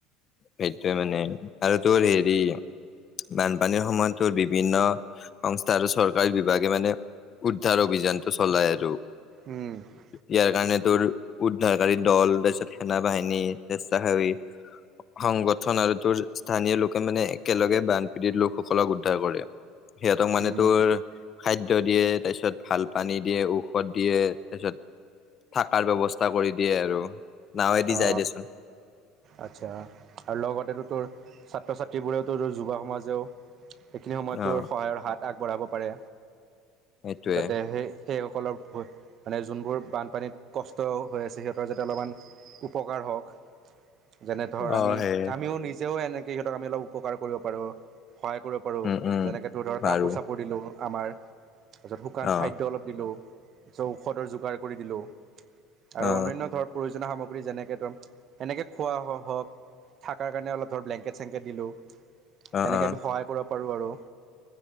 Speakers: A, on the left; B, on the right.
A: সেইটোয়ে মানে আৰু তোৰ হেৰি
B: উম
A: বানপানীৰ সময়ত বিভিন্ন সংস্থা আৰু চৰকাৰী বিভাগে মানে উদ্ধাৰ অভিযানটো চলাই আৰু।
B: উম
A: ইয়াৰ কাৰণে উদ্ধাৰকাৰী দল তাৰপিছত সেন বাহিনী স্বেচ্ছাসেৱী সংগঠন আৰু তোৰ স্থানীয় লোকে মানে একেলগে বানপীড়িত লোকসকলক উদ্ধাৰ কৰে। সিহঁতক মানে
B: উম
A: তোৰ খাদ্য দিয়ে তাৰপিছত ভাল পানী দিয়ে ঔষধ দিয়ে তাৰপিছত থাকাৰ ব্যৱস্থা কৰি দিয়ে আৰু। নাৱেদি
B: অ
A: যাই দেচোন
B: আচ্ছা। আৰু লগতেতো তোৰ ছাত্ৰ ছাত্ৰীবোৰেওতো তোৰ যুৱ সমাজেও এইখিনি সময়ত
A: অ
B: তোৰ সহায়ৰ হাত আগবঢ়াব পাৰে
A: সেইটোৱে
B: যাতে সেই সেইসকলৰ মানে যোনবোৰ বানপানীত কষ্ট হৈ আছে সিহঁতৰ যাতে অলপমান উপকাৰ হওক যেনে ধৰ
A: অ
B: আমি
A: সেয়ে
B: আমিও নিজ যেতিও এনেকৈ সিহঁতক আমি অলপ উপকাৰ কৰিব পাৰোঁ সহায় কৰিব পাৰোঁ
A: উম উম
B: যেনেকৈ তো ধৰক
A: বাৰু
B: কাপোৰ চাপোৰ দিলোঁ। আমাৰ তাৰপিছত শুকান
A: অ
B: খাদ্য অলপ দিলোঁ ঔষধৰ যোগাৰ কৰি দিলোঁ। আৰু
A: অ
B: অনান্য ধৰ প্ৰয়োজন সামগ্ৰী পুক যেনেকৈ ধৰম এনেকৈ খোৱা হওক থকাৰ কাৰণে অলপ ধৰক ব্লেংকেট চেংকেট দিলোঁ।
A: অ
B: এনেকে
A: অ
B: আমি সহায় কৰিব পাৰোঁ আৰু।